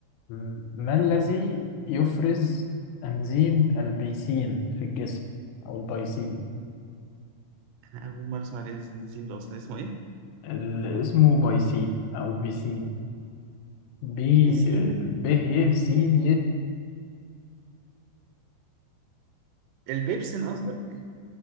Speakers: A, on the left (about 80°); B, on the right (about 85°).
A: م- ما الذي يفرز أنزيم البيسين في الجسم أو البيسين
B: أنا أول مرة أسمع الإنزيم ده أصلا اسمه إيه؟
A: ال- اسمه بايسين أو بيسين ب
B: بيسين
A: ب ي س ي ن
B: البيبسين قصدك